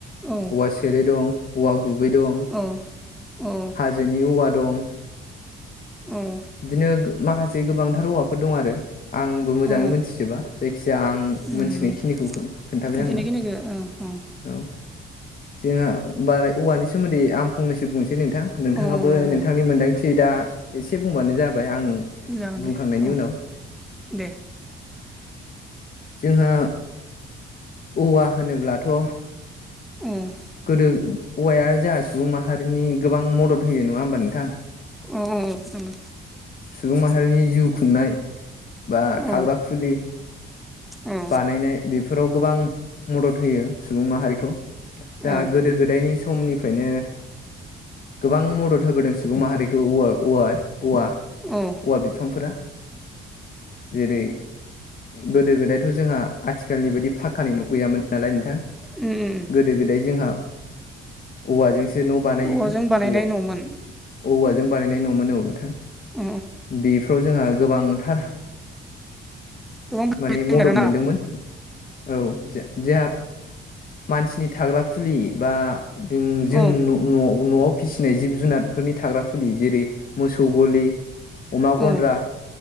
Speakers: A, in the centre; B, on the left.
A: औ
B: औवा सेरे दं औवा गुबै दं
A: ओ ओ
B: जेनि औवा दं
A: उम
B: इदिनो माखासे गोबांथार औवाफोर दं आरो आंबो मोजाङै
A: औ
B: मोनथिजोबा जायखिजाया आं
A: उम
B: मोनथिनाय खिनिखौ खोन्थाबाय
A: बिदिनो
B: आङो
A: खिनिखौ औ औ
B: औ जोंहा बाराय औवानि सोमोन्दै आं फंनैसो बुंनोसै नोंथां नोंथांआबो
A: औ
B: नोंथांनि
A: औ
B: मोनदांथि दा एसे एसे बुंबानो जाबाय आं
A: जागोन
B: बुंखांनायनि
A: दे औ
B: उनाव
A: दे
B: जोंहा औवा होनोब्लाथ'
A: उम
B: गोदो औवाया जोंहा सुबुं माहारिनि गोबां मदद होयो नङा होमबा नोंथां
A: औ औ नंगौ
B: सुबुं माहारिनि जिउ खुंनाय बा
A: औ
B: थाग्रा खुलि
A: उम
B: बानायनाय बेफोराव गोबां मदद होयो सुबुं माहारिखौ जाहा
A: औ
B: गोदो गोदायनि समनिफ्रायनो गोबां मदद होबोदों सुबुं माहारिखौ औवा औवा औवा
A: औ
B: औवा बिफांफोरा जेरै गोदो गोदाय थ' जोंहा आथिखालनि बादि फाखानि न' गैयामोन नालाय नोंथां
A: उम उम
B: गोदो गोदाय जोंहा औवाजोंसो सो न' बानायोमोन
A: औवाजों बानायनाय
B: औवा
A: न'मोन
B: औवाजों बानायनाय न'मोन औ नोंथां
A: औ
B: बेफ्राव जोंहा गोबांथार
A: गोबां बानायदों
B: माने मदद
A: आरोना
B: मोनदोंमोन औ जो जोहा मानसिनि थाग्रा खुलि बा जों जों
A: औ
B: न' न' न'आव फिसिनाय जिब जुनारफोरनि थाग्रा खुलि जेरै मोसौ ग'लि अमा ग'न्द्रा
A: औ